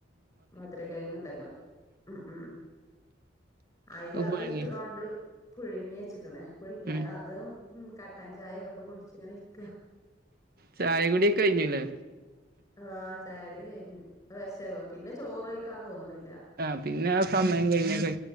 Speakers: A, on the left; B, on the right.
A: മധുര കേങ്ങ്ണ്ടല്ലോ ഉം ഉം അയ്ല
B: അത് പുഴുങ്ങി
A: എടുത്തകാണ്ട് പുഴുങ്ങി വെച്ച്ക്ക്‌ണ് പുഴ്ങ്ങിയാണ്ടതും
B: ഉം
A: കട്ടൻ ചായൊക്കെപ്പൊ കുടിച്ച്ങ്ങനിര്ക്ക
B: ചായകൂടിയൊക്കഴിഞ്ഞുല്ലേ
A: ആ ചായുടി കഴിഞ്ഞു വിശ പിന്നെ ചോറയ്ക്കാൻ തോന്ന്ണില്ല
B: ആഹ് പിന്നെ ആ സമയം കഴിഞ്ഞ ക